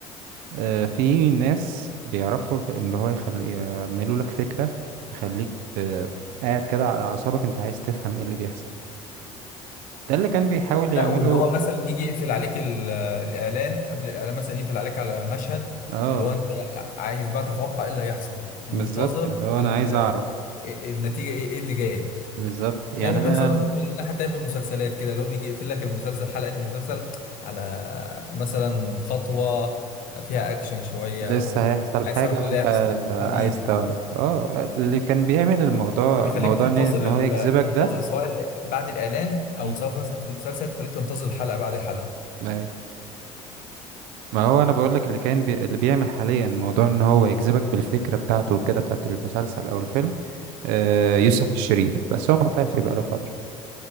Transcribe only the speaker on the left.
لا واللي هو مثلا يجي يقفل عليك ال- آه، الاعلان قبل الاعلان مثلا يقفل عليك على مشهد
اللي هو انت عايز بقى تتوقع ايه اللي هيحصل منتظر
ال...
ال-
إيه النتيجه ايه إيه اللي جاي
زي ما
بيحصل مثلا في الناحيه التانيه في المسلسلات كده اللي هو بيجي يقفل لك المسلسل حلقه المسلسل على مثلا خطوه فيها اكشن شويه
او
عايز
تعرف ايه
اللي هيحصل جديد
فبيخليك
تنتظر
ال...
تنتظر
سواء ال- بعد الاعلان او
سواء مثلا في المسلسل تخليك تنتظر الحلقه بعد الحلقه